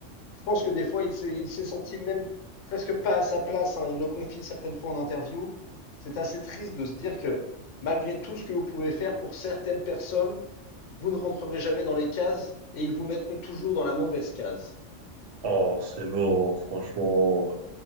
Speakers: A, on the left; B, on the right.
A: Je pense que des fois, il s'est, il s'est senti même presque pas à sa place. hein. Il le confie certaines fois en interview. C'est assez triste de se dire que malgré tout ce que vous pouvez faire pour certaines personnes, vous ne rentrerez jamais dans les cases et ils vous mettront toujours dans la mauvaise case.
B: Oh, c'est beau, hein, franchement.